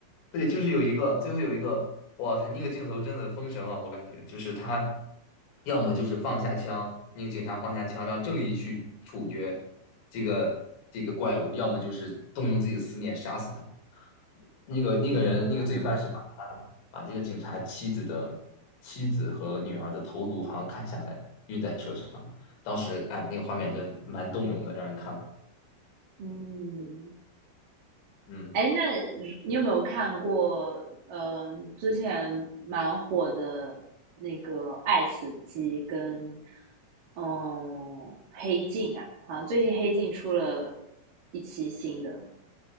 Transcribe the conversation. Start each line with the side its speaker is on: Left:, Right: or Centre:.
Left: 对，就是有一个，最后有一个，哇塞，那个镜头真的封神了，我感觉就是他，要么就是放下枪，那个警察放下枪，让正义去处决这个这个怪物，要么就是动用自己的思念杀死他。那个那个人，
Right: 嗯
Left: 那个罪犯是把他把这个警察妻子的妻子和女儿的头颅好像砍下来，运在车上。当时，哎，那个画面真蛮动容的，让人看了。
Right: 嗯，
Left: 嗯
Right: 哎，那你有没有看过？嗯、之前蛮火的那个《爱死机》跟嗯《黑镜》啊，好像最近《黑镜》出了一期新的。